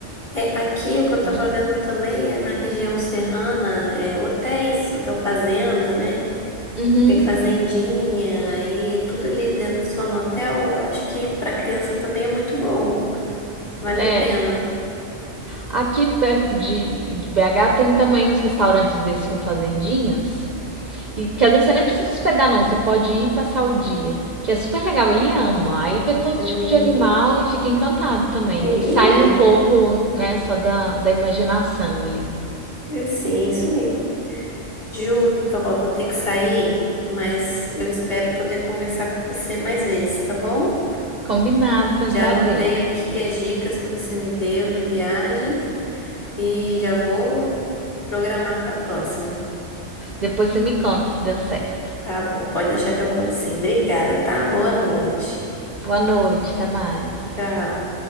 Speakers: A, on the left; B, on the right.
A: é, aqui o que eu estava
B: né?
A: vendo também é na região serrana, é, hotéis, hotel fazenda, né?
B: Uhum,
A: Tem fazendinha aí tudo ali dentro só no hotel. Eu acho que para criança também é muito bom. Vale
B: é.
A: a pena.
B: Aqui perto de, de BH tem também uns restaurantes desses com fazendinhas. E que às vezes você nem precisa hospedar, não. Você pode ir passar o dia. Que é super legal. Ele ama. Aí vê todo
A: Hum,
B: tipo de animal e fica encantado também.
A: sim,
B: Que sai
A: é.
B: um pouco, né, só da, da imaginação ali.
A: E Sim, isso aí. Ju, ó, vou ter que sair, mas eu espero poder conversar com você mais vezes, tá bom?
B: Combinado, foi
A: Já
B: um prazer.
A: anotei aqui as dicas que você me deu de viagem e já vou programar para a próxima.
B: Depois você me conta se deu certo.
A: Tá bom, pode deixar que eu conto sim. Obrigada, tá? Boa noite.
B: Boa noite, até mais.
A: Tchau.